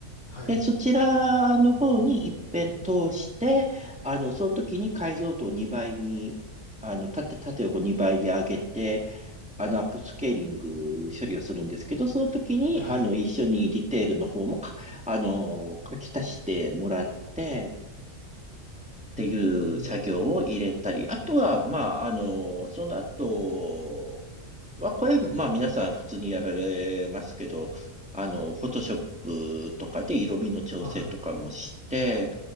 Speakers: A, on the left; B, in the centre.
A: はい。
B: で、そちらの方に一遍通して、あの、その時に解像度を2倍に、あの、縦、縦横2倍に上げて、あの、アップスケーリング処理をするんですけど、その時に、
A: はい。
B: あの、一緒にディテールの方もか、あの、書き足してもらって、っていう作業を入れたり、
A: うん
B: あとは、まあ、あの、その後、は、これ、まあ皆さん普通にやられますけど、あの、フォトショップとかで色味の調整とかもして、
A: ああ、